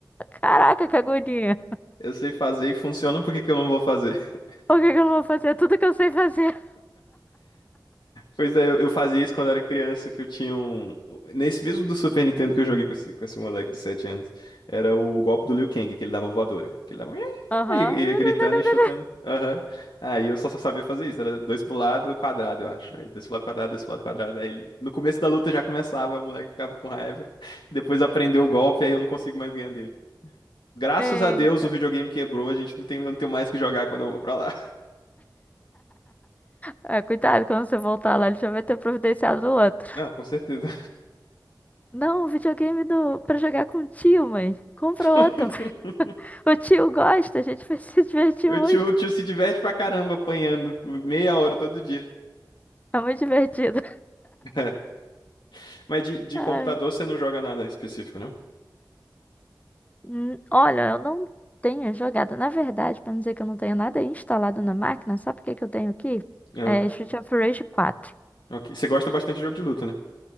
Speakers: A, on the left; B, on the left.
A: caraca, que agonia.
B: Eu sei fazer e funciona, por que que eu não vou fazer? <laughs>
A: Por que que eu não vou fazer tudo que eu sei fazer?
B: Pois é, eu, eu fazia isso quando era criança, que eu tinha um... Nesse mesmo do Super Nintendo que eu joguei com esse, com esse moleque de 7 anos, era o golpe do Liu Kang, que ele dava voadora. Que ele dava...
A: Aham.
B: Aí
A: <laughs>
B: ia gritando e chutando. Aham. Aí eu só, só sabia fazer isso. Era dois pro lado, quadrado, eu acho. Aí dois pro lado, quadrado, dois pro lado, quadrado. Aí ele... No começo da luta já começava, o moleque ficava com raiva. <laughs> Depois aprendeu o golpe, aí eu não consigo mais ganhar dele. Graças
A: Eita.
B: a Deus o videogame quebrou, a gente não tem, eu não tenho mais o que jogar quando eu vou pra lá.
A: É, cuidado, quando você voltar lá, ele já vai ter providenciado o outro.
B: Não, com certeza.
A: Não, o videogame do... pra jogar com o tio, mãe. Compra
B: <laughs>
A: outro. O tio gosta, a gente <laughs> vai se divertir
B: O
A: muito.
B: tio, o tio se diverte pra caramba apanhando por meia hora todo dia.
A: É muito divertido.
B: <laughs> Mas de, de
A: Ai,
B: computador você não joga nada específico, não?
A: hum, Olha, eu não tenho jogado. Na verdade, pra não dizer que eu não tenho nada instalado na máquina, sabe o que que eu tenho aqui?
B: Ah,
A: É Street of Rage 4.
B: ok. Você gosta bastante de jogo de luta, né?